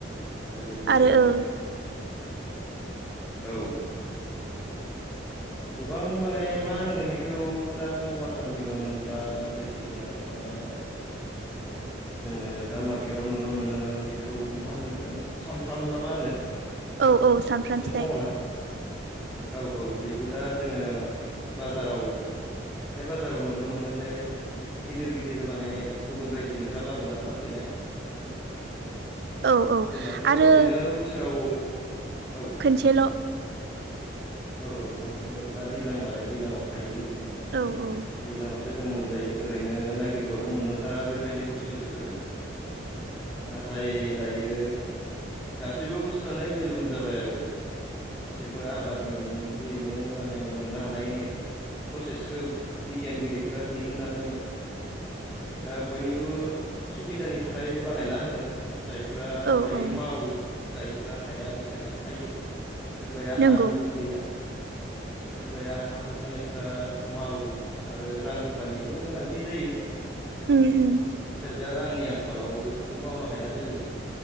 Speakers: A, in the centre; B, on the right.
A: दा बिदिनो
B: आरो औ
A: औ गोबां माने मा होनगोन बेखौ दा वाटार मिलन बा जायखिजाया माबा जोङो दा मार्केटआव नुनो मोनो बेखौ मा होनोखौ सामफ्रामना मा होनो
B: औ औ सामफ्राम
A: मोनसे
B: फिथाइ
A: दङ ना! औ औ बेबो दा जोङो बाजाराव हाथाय बाजाराव नुनो मोनो जे गिदिर गिदिर माने गुबुन रायजोनिफ्राय लाबोना फानैनाय
B: औ औ
A: जोंनाथ' ओरैनो
B: आरो
A: बोसोराव औ
B: खनसेल' औ
A: औ औ खनसेल' दा दैज्लां नालाय दैलांआव थायो बेबो
B: औ औ
A: दैलांआवसो जों मोनजायो ओरैनो नागिरबाबो मोननो थाङा बेबायदि बुस्थु बेफोरो नाथाय दायो गासैबो बुस्थुआनो एभेलेबल जाबाय आरो गासैबो आबादनि जोहैनो माने मोननो हानाय प्रसेसखौ बिगियानगिरिफोरा दिहुननानै दा बयनिबो सुबिदानि थाखाय बानायना होदों जायफोरा
B: औ
A: हायो
B: औ
A: मावो जायफोरा हाया बिसोरो थायो सोरबाया
B: नंगौ
A: हा हु गैया।
B: <inaudible>
A: सोरबाया हा हु थानायफ्रा मावो आरो रां रुफानिबो गोनांथि जायो।
B: उम उम
A: सोरबाया रांनि आंखालाव बेफोरखौ मावनो हाया जायो